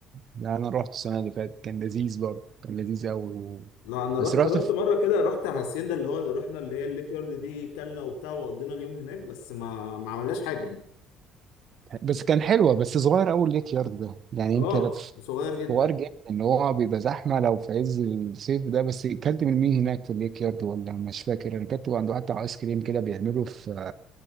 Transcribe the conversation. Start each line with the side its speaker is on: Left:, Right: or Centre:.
Right: ده انا رحت السنه اللي فاتت كان لذيذ برضه كان لذيذ قوي و...
Left: لا انا
Right: بس
Left: رحت
Right: رحت
Left: رحت
Right: في...
Left: مره كده رحت هاسيندا اللي هو رحنا اللي هي الليك يارد دي كلنا وبتاع وقضينا اليوم هناك بس ما ما عملناش حاجه يعني
Right: بس كان حلوه بس صغير قوي ليك يارد ده يعني
Left: اه
Right: انت لو في-
Left: صغير جدا
Right: صغير جدا ان هو بيبقى زحمه لو في عز الصيف ده بس اكلت من مين هناك في الليك يارد ولا مش فاكر انا كنت عند واحد بتاع ايس كريم كده بيعمله في